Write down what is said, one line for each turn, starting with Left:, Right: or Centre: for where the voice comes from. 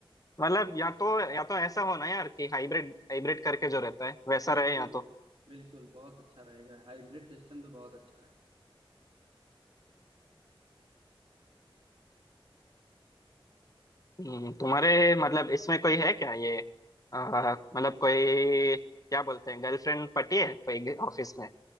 Left: मतलब या तो या तो ऐसा होना यार कि हाइब्रिड हाइब्रिड करके जो रहता है वैसा
Right: बिल्कुल
Left: रहे या तो
Right: बिल्कुल बहुत अच्छा रहेगा हाइब्रिड सिस्टम तो बहुत अच्छा रहेगा
Left: हम्म, तुम्हारे मतलब इसमें कोई है क्या ये आ, मतलब कोई क्या बोलते हैं गर्लफ्रेंड पटी है कोई ऑफिस में